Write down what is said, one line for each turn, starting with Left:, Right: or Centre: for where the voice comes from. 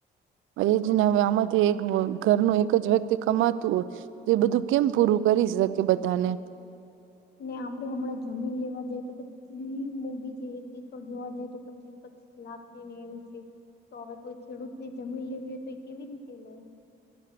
Right: એ જ ને હ આમાંથી એક ઘરનું એક જ વ્યક્તિ કમાતું હોય તો એ બધું કેમ પૂરું કરી શકે બધાને
Left: ને આપડે હમણાં જમીન લેવા જઈ તો કેટલી મોગી છે, એક એકર જોવા જાય તો પચીસ પીસ લાભ ની ને એમ છે, તો હવે કોઈ ખેડૂત ની જમીન લેવી હોય તો એ કેવી રીતે લેવા